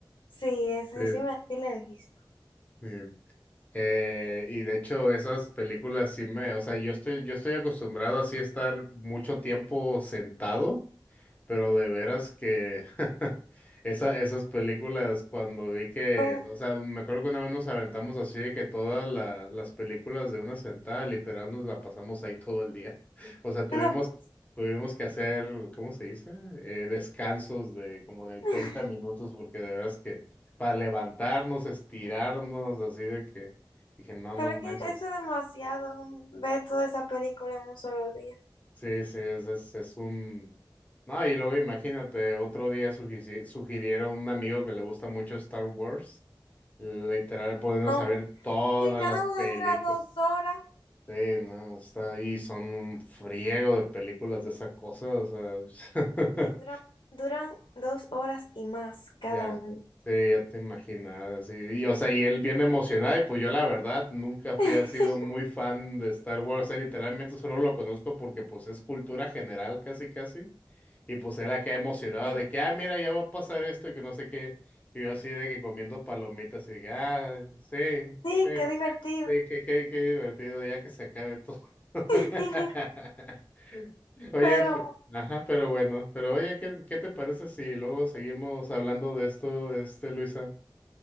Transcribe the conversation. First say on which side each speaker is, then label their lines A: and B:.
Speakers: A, on the left; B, on the left.
A: sí, ese
B: Sí,
A: sí me sí lo he visto.
B: sí. Eh, y de hecho, esas películas sí me, o sea, yo estoy, yo estoy acostumbrado así a estar mucho tiempo sentado. Pero de veras que <laughs> esa, esas películas, cuando vi que,
A: Como-
B: o sea, me acuerdo que una vez nos aventamos así de que todas la- las películas de una sentada, literal, nos la pasamos ahí todo el día. <laughs> O sea, tuvimos,
A: no, por-
B: tuvimos que hacer, ¿cómo se dice? Eh, descansos de como de 30
A: <laughs>
B: minutos, porque de veras que para levantarnos, estirarnos, así de que dije, no, no
A: pero
B: manches.
A: es que eso es demasiado, un- ver toda esa película en un solo día.
B: Sí, sí, es, es, es un... No, y luego imagínate, otro día sugici- sugirieron a un amigo que le gusta mucho Star Wars, literal, poniéndose
A: No,
B: saber todas
A: sí, cada
B: las películas.
A: una dura dos horas
B: Sí, no, está ahí, son un friego de películas de esa cosa, o sea, <laughs>
A: y duran, duran dos horas y más cada
B: ya,
A: uno.
B: sí, ya te imaginas, así, y, o sea, y él bien emocionado, y pues yo la verdad nunca fui,
A: <laughs>
B: ha sido muy fan de Star Wars, o sea, literalmente solo lo conozco porque pues es cultura general casi casi, Y pues él acá emocionado
A: Sí,
B: de que, ah, mira, ya va a pasar esto y que no sé qué. Y yo así de que comiendo palomitas y de que, ah, sí,
A: sí,
B: sí,
A: qué divertido.
B: sí, qué, qué, qué divertido, ya que se acabe todo. <laughs>
A: <laughs>
B: Oye,
A: Pero
B: pe- ajá, pero bueno, pero oye, ¿qué, qué te parece si luego seguimos hablando de esto, este, Luisa?